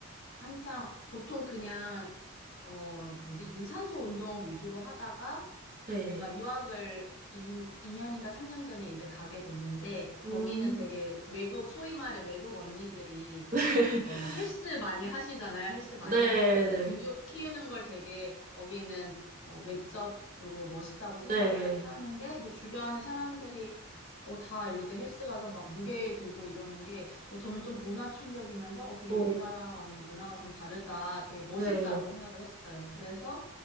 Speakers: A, on the left; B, on the right.
A: 한창 보통 그냥 어 뭐지 유산소 운동 위주로 하다가
B: 네.
A: 제가 유학을 2, 이 년인가 삼년인가 3년 전에 이제 가게 됐는데 거기는
B: 음.
A: 되게 외국 소위 말해 외국 언니들이
B: <laughs>
A: 어 헬스 많이 하시잖아요. 헬스 많이
B: 네,
A: 하면서 이제
B: 네,
A: 근육 키우는 걸 되게 거기는 어 외적으로 멋있다고 생각을
B: 네.
A: 하는데 이제 주변의 사람들이 어 다 이제 헬스 가서 막 무게 들고 이러는 게 어, 저는 좀 문화 충격이면서 어, 되게
B: 어,
A: 우리나라와는 문화가 좀 다르다, 되게 멋있다라고
B: 네.
A: 생각을 했어요. 그래서